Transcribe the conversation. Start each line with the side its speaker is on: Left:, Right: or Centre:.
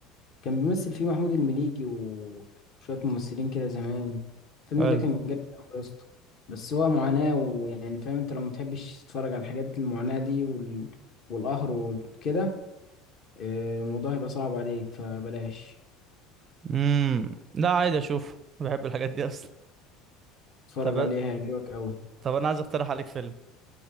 Left: كان بيمثل فيه محمود المليجي وشوية ممثلين كده زمان الفيلم
Right: حلو
Left: ده كان جامد أوي يا اسطى بس هو معاناة ويعني فاهم انت لو متحبش تتفرج على الحاجات المعاناة دي وال... والقهر وكده آه، الموضوع هيبقى صعب عليك فبلاش
Right: امم لا عادي اشوف بحب الحاجات دي اصلا
Left: اتفرج
Right: طب
Left: عليه هيعجبك أوي
Right: طب انا عايز اقترح عليك فيلم